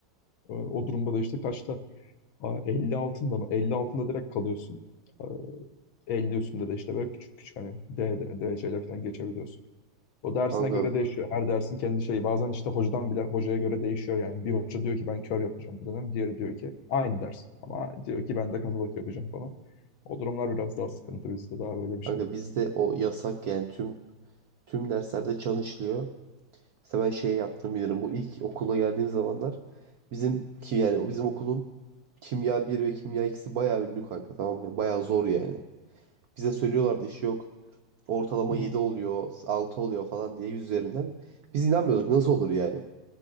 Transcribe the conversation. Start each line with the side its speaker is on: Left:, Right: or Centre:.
Left: Ee, O durumda da işte kaçta Aa, 50 altında mı? 50 altında direkt kalıyorsun. Aa, 50 üstünde de işte böyle küçük küçük hani D, D, DC'ler falan geçebiliyorsun. O dersine
Right: Kanka,
Left: göre değişiyor. Her dersin kendi şeyi. Bazen işte hocadan bile hocaya göre değişiyor yani. Bir hoca diyor ki ben kör yapacağım bu dönem. Diğeri diyor ki aynı ders. Ama diyor ki ben de katalog yapacağım falan. O durumlar biraz daha sıkıntı bizde daha böyle bir
Right: kanka
Left: şey.
Right: bizde o yasak yani tüm tüm derslerde çan işliyor. Mesela ben şey yaptım bilirim. Bu ilk okula geldiğim zamanlar bizim ki yani bizim okulun kimya bir ve kimya ikisi bayağı ünlü kanka tamam mı? Bayağı zor yani. Bize söylüyorlardı iş yok. Ortalama
Left: <laughs>
Right: 7 oluyor, 6 oluyor falan diye yüz üzerinden. Biz inanmıyorduk nasıl olur yani.